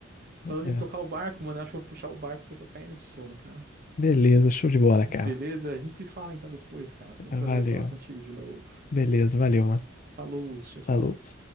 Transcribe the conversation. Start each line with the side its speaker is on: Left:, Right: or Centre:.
Right: Falando
Left: É.
Right: em tocar o barco, mano, eu acho que eu vou puxar o barco porque eu tô caindo de sono, cara.
Left: Beleza, show de bola,
Right: Beleza?
Left: cara.
Right: A gente se fala então depois, cara. Foi um
Left: Valeu.
Right: prazer falar contigo de novo.
Left: Beleza, valeu, mano.
Right: Falou, tchau, tchau.
Left: Falou.